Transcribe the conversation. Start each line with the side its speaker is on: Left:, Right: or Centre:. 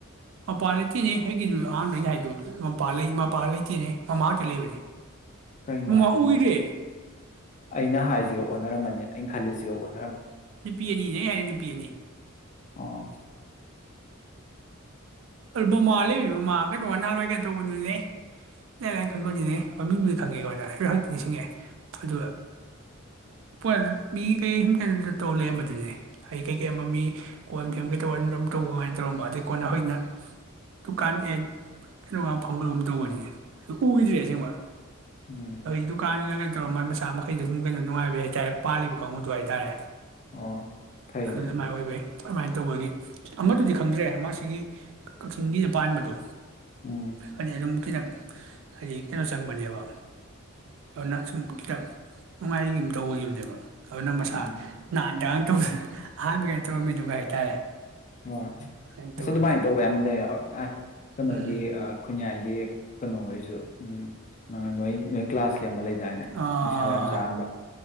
Right: ꯃꯄꯥ ꯂꯩꯇꯦꯅꯦ ꯑꯩꯒꯤꯗꯨ ꯑꯍꯥꯟꯕ ꯑꯩꯅ ꯍꯥꯏꯗ ꯃꯄꯥꯟ ꯂꯩꯇꯦꯅꯦ ꯃꯃꯥꯡꯇ ꯂꯩꯕꯅꯦ
Left: ꯀꯩꯅꯣ
Right: ꯃꯃꯥ
Left: ꯍꯥꯏꯁꯤꯕꯨ
Right: ꯎꯈꯤꯗ꯭ꯔꯦ
Left: ꯑꯩꯅ ꯍꯥꯏꯁꯤꯒ ꯑꯣꯟꯅꯔꯝꯃꯅꯤ ꯑꯩꯅ ꯈꯜꯂꯤꯁꯤꯒ ꯑꯣꯟ
Right: ꯅꯨꯄꯤ ꯑꯅꯤꯅꯦ ꯑꯩ ꯌꯥ ꯅꯨꯄ ꯄꯤ ꯑꯅꯤ
Left: ꯑ
Right: ꯃꯃꯥ ꯂꯩꯕꯅꯤ ꯃꯃꯥ ꯀꯩꯅꯣ ꯅ ꯅꯍꯥꯟꯋꯥꯏ ꯀꯩ ꯇꯧꯕꯅꯤꯅꯦ ꯏꯥꯏ ꯂꯥꯏꯅ ꯈꯪꯕꯅꯤꯅꯦ ꯃꯃꯤꯡꯕꯨꯗꯤ ꯈꯪꯉꯦꯀꯣꯅ ꯍꯛꯇꯤ ꯅꯤꯡꯁꯤꯡꯉꯦ ꯑꯗꯨꯒ ꯄ ꯃꯤ ꯀꯩ ꯁꯨꯝ ꯀꯩꯅꯣꯗ ꯇꯧ ꯂꯩꯔꯝꯕꯗꯨꯅꯦ ꯑꯩ ꯀꯩꯀꯩ ꯑꯃ ꯃꯤ ꯀꯣ ꯀꯩ ꯇꯧꯕ ꯇꯧꯕ ꯀꯃꯥꯏꯅ ꯇꯧꯔꯝꯕ ꯑꯗꯨꯗꯩ ꯀꯣꯟꯅ ꯍꯧꯖꯤꯛꯅ ꯗꯨꯀꯥꯟ ꯑꯦꯠ ꯀꯩꯅꯣꯒ ꯐꯪꯕꯒꯨꯝ ꯇꯧꯕꯅꯤ ꯑꯗꯨ ꯎꯈꯤꯗ꯭ꯔꯦ ꯑꯁꯦꯡꯕ
Left: ꯎꯝ
Right: <unintelligible> ꯗꯨꯀꯥꯟꯅꯤꯒ ꯇꯧꯔ ꯃꯣꯏ ꯃꯆꯥ ꯃꯈꯩꯗꯨꯣ ꯁꯨꯝ ꯀꯩꯅꯣ ꯉꯥꯏꯕ ꯍꯥꯏꯇꯥꯔꯦ ꯄꯥꯜꯂꯤꯕ ꯀꯥꯡꯕꯨꯗꯨ ꯍꯥꯏꯇꯥꯔꯦ
Left: ꯑꯣ ꯐꯩꯅꯦ
Right: ꯑꯗꯨꯅ
Left: ꯑꯗꯨꯂ
Right: ꯑꯗꯨꯃꯥꯏꯅ ꯑꯣꯏꯕꯩ ꯑꯗꯨꯃꯥꯏꯅ ꯇꯧꯕꯒꯤ ꯑꯃꯗꯨꯗꯤ ꯈꯪꯗ꯭ꯔꯦ ꯑꯃꯥꯁꯤꯒꯤ ꯀꯛꯆꯤꯡꯒꯤꯗ ꯄꯥꯟꯕꯗꯣ
Left: ꯎꯝ
Right: ꯑꯗꯨꯝ ꯈꯤꯇꯪ ꯍꯥꯏꯗꯤ ꯀꯩꯅꯣ ꯆꯪꯕꯅꯦꯕ ꯑꯗꯨꯅ ꯁꯨꯝ ꯈꯤꯇꯪ ꯅꯨꯡꯉꯥꯏꯨꯝ ꯇꯧꯕꯒꯤꯈꯤꯕꯅꯦꯕ ꯑꯗꯨꯅ ꯃꯁꯥ
Left: ꯎꯝ
Right: ꯅꯥꯟꯗꯒ ꯇꯧ ꯑꯍꯟꯕꯒꯤ ꯇꯔꯝꯃꯤꯗꯨꯒ ꯍꯥꯏꯇꯥꯔꯦ
Left: ꯍꯣꯏ
Right: <unintelligible> ꯇꯧꯕꯅꯤ
Left: ꯑꯁ ꯑꯗꯨꯃꯥꯏꯅ ꯇꯧꯕ ꯌꯥꯝ <unintelligible> ꯀꯣꯅꯣꯒꯤ
Right: ꯎꯝ
Left: ꯈꯨꯅꯌ꯭ꯥꯏ ꯌꯦ ꯀꯩꯅꯣ ꯍꯥꯏꯁꯨ ꯎꯝ ꯑ ꯅ ꯅꯣꯏ ꯀ꯭ꯂꯥꯁ ꯀꯤ ꯑꯃ ꯂꯩꯗꯥꯏꯅꯦ
Right: ꯑꯣ
Left: ꯅꯤꯁꯥꯒ ꯌꯥꯝ ꯆꯥꯔꯝꯕ